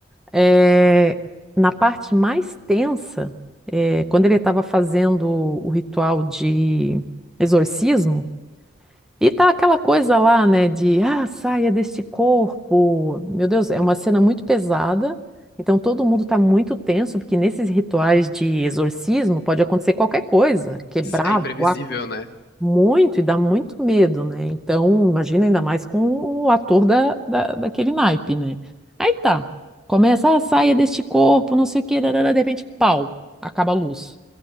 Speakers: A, in the centre; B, on the left.
A: É, na parte mais tensa, é, quando ele estava fazendo o ritual de exorcismo, e tá aquela coisa lá, né, de ah, saia deste corpo. Meu Deus, é uma cena muito pesada. Então todo mundo está muito tenso, porque nesses rituais de exorcismo pode acontecer qualquer coisa, quebrar,
B: É imprevisível,
A: voar
B: né?
A: muito, e dá muito medo, né? Então, imagina ainda mais com o ator da, da, daquele naipe, né? Aí tá. Começa a saia deste corpo, não sei o quê, darará, de repente, pau, acaba a luz.